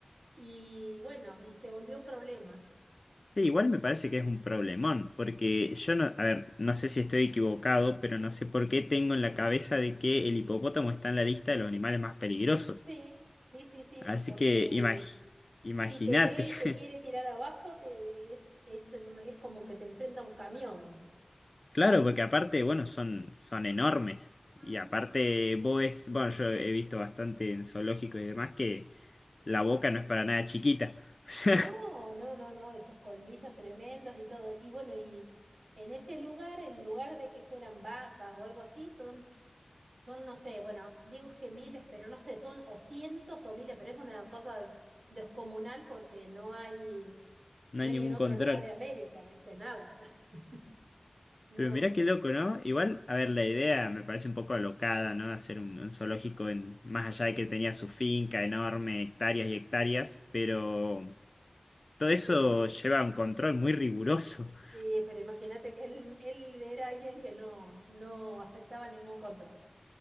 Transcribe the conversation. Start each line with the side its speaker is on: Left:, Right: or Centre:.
Right: y bueno, y se volvió un problema.
Left: Sí, igual me parece que es un problemón, porque yo no, a ver, no sé si estoy equivocado, pero no sé por qué tengo en la cabeza de que el hipopótamo está en la lista de los animales más peligrosos.
Right: Sí, sí, sí, sí,
Left: Así
Right: porque
Left: que imag- imagínate.
Right: Si te ve y te
Left: <laughs>
Right: quiere tirar abajo, te, es, es, un- es como que te enfrenta a un camión.
Left: Claro, porque aparte, bueno, son, son enormes.
Right: Mm.
Left: Y aparte, vos ves, bueno, yo he visto bastante en zoológicos y demás que la boca no es para nada chiquita. <laughs> O sea,
Right: No, no, no, no, esos colmillos tremendos y todo. Y bueno, y en ese lugar, en lugar de que fueran vacas o algo así, son, son, no sé, bueno, dije miles, pero no sé, son o cientos o miles, pero es una cosa descomunal porque no hay,
Left: no
Right: no
Left: hay
Right: hay
Left: ningún
Right: en otro
Left: control.
Right: lugar de América, ¿viste? Nada. <laughs> No,
Left: Pero mirá qué loco, ¿no? Igual, a ver, la idea me parece un poco alocada, ¿no? Hacer un, un zoológico en, más allá de que tenía su finca enorme, hectáreas y hectáreas, pero todo eso
Right: sí.
Left: lleva un control muy riguroso. <laughs>
Right: Y, pero imagínate que él, él era alguien que no, no aceptaba ningún control,